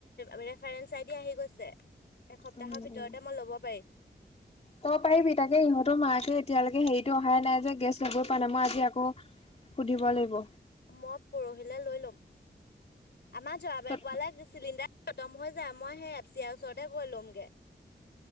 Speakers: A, on the left; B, on the left.
A: ৰেফাৰেন্স আইডি আহি গৈছে। এসপ্তাহৰ
B: উম
A: ভিতৰতে
B: উম
A: মই ল'ব পাৰিম।
B: তই পাৰিবি, তাকে ইহঁতৰ মাকে এতিয়ালৈকেৰিটো অহাই নাই যে গেছ লৈ প নাই মই আজি আকৌ সুধিব লাগিব।
A: মই পৰহিলৈ লৈ ল'ম। আমাৰ জৰাবাইৰ
B: তহঁতৰ
A: পাল চিলিণ্ডাৰ খতম হৈ যায়। মই সেই এফ চি আইৰ ওচৰতে গৈ ল'মগৈ।